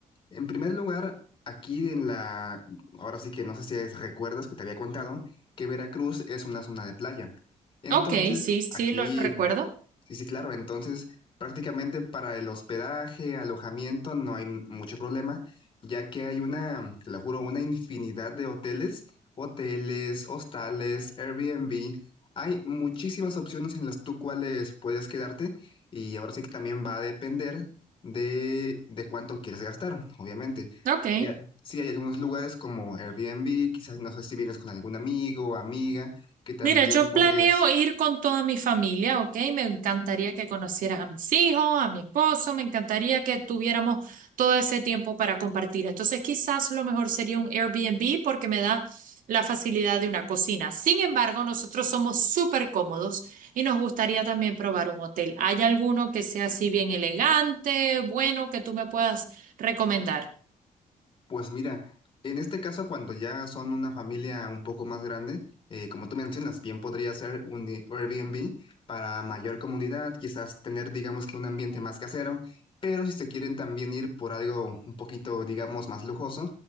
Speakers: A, on the left; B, on the right.
A: en primer lugar, aquí en la... Ahora sí que no sé si es- recuerdas que te había contado que Veracruz es una zona de playa. Entonces,
B: Ok, sí, sí,
A: aquí
B: lo recuerdo.
A: Sí, sí, claro. Entonces, prácticamente para el hospedaje, alojamiento, no hay m- mucho problema, ya que hay una, te lo juro, una infinidad de hoteles, hoteles, hostales, Airbnb. Hay muchísimas opciones en las tú cuales puedes quedarte y ahora sí que también va a depender de, de cuánto quieres gastar, obviamente.
B: Ok.
A: Eh, Sí, hay algunos lugares como Airbnb, quizás no sé si vienes con algún amigo o amiga, que también
B: Mira, yo
A: podrías...
B: planeo ir con toda mi familia, ¿ok? Me encantaría que conocieras a mis hijos, a mi esposo, me encantaría que tuviéramos todo ese tiempo para compartir. Entonces, quizás lo mejor sería un Airbnb porque me da la facilidad de una cocina. Sin embargo, nosotros somos súper cómodos y nos gustaría también probar un hotel. ¿Hay alguno que sea así bien elegante, bueno, que tú me puedas recomendar?
A: Pues mira, en este caso, cuando ya son una familia un poco más grande, eh, como tú mencionas, bien podría ser un di- Airbnb para mayor comunidad, quizás tener, digamos que un ambiente más casero, pero si se quieren también ir por algo un poquito, digamos, más lujoso,